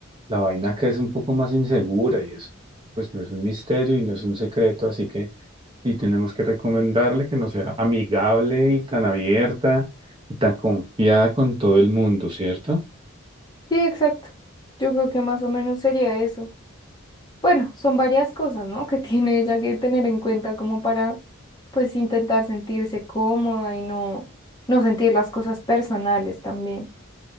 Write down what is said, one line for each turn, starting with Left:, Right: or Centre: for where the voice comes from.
Right: la vaina acá es un poco más insegura y eso, pues no es un misterio y no es un secreto, así que. y tenemos que recomendarle que no sea amigable y tan abierta y tan confiada con todo el mundo, ¿cierto?
Left: Sí, exacto. Yo creo que más o menos sería eso. Bueno, son varias cosas, ¿no? Que <laughs> tiene ella que tener en cuenta como para, pues, intentar sentirse cómoda y no, no sentir las cosas personales también.